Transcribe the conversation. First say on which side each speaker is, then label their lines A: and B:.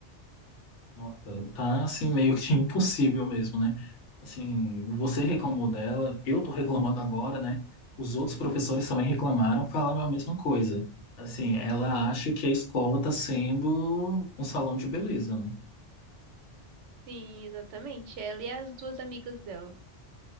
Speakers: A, on the left; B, on the right.
A: Nossa, tá assim meio que <laughs> impossível mesmo, né? Assim, você reclamou dela, eu tô reclamando agora, né? Os outros professores
B: Uhum.
A: também reclamaram, falaram a mesma coisa. Assim, ela acha que a escola tá sendo um salão de beleza, né?
B: Sim, exatamente. Ela e as duas amigas dela.